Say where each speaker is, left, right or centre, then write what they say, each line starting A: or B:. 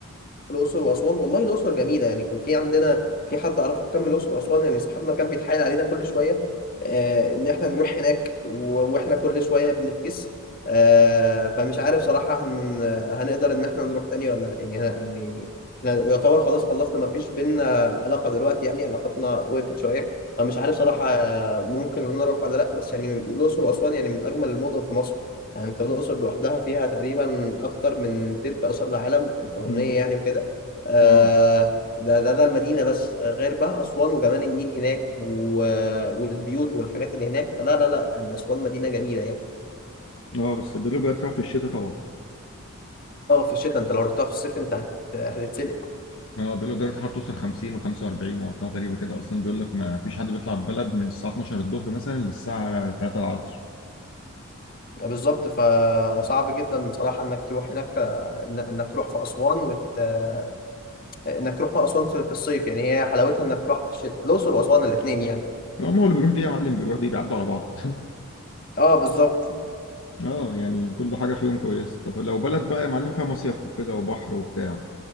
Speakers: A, on the left; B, on the left.
A: الأقصر وأسوان والله الأقصر جميلة يعني كان في عندنا في حد أعرفه كان من الأقصر وأسوان يعني صاحبنا كان بيتحايل علينا كل شوية آه إن إحنا نروح هناك و- وإحنا كل شوية بنفكس آه فمش عارف صراحة هن هنقدر إن إحنا نروح تاني ولا لأ. يعني ه- يعني إحنا يعتبر خلاص خلصنا مفيش بينا علاقة دلوقتي يعني علاقتنا وقفت شوية فمش عارف صراحة آه، ممكن إن أنا أروح ولا لأ بس يعني الأقصر وأسوان يعني من أجمل المدن في مصر يعني انت الاقصر لوحدها فيها تقريبا اكتر من تلت اثار العالم الفرعونيه
B: امم
A: يعني وكده آه،
B: اه
A: ده ده ده المدينة بس آه، غير بقى أسوان وجمال النيل هناك و... والبيوت والحاجات اللي هناك فلا لا لا يعني أسوان مدينة جميلة يعني
B: اه بس بيقولوا بقت رايحة في الشتاء طبعا
A: اه في الشتاء انت لو رحتها في الصيف انت هتت... هتتسلق
B: اه بيقولوا درجة الحرارة توصل 50 و45 وارقام غريبة كده اصلا بيقول لك ما فيش حد بيطلع البلد من الساعة 12 الظهر مثلا للساعة 3 العصر
A: بالظبط فصعب جدا صراحة انك تروح هناك آه، إن- انك تروح في أسوان وت... آه، انك تروح في أسوان في... في الصيف يعني هي حلاوتها انك تروح في الشتاء الأقصر وأسوان الاتنين يعني
B: هم هو اللي بيروح دي يا معلم بيروح دي بيعدوا على بعض <laughs>
A: اه بالظبط
B: اه يعني كل حاجة فيهم كويس طب لو بلد بقى يا معلم فيها مصيف وكده وبحر وبتاع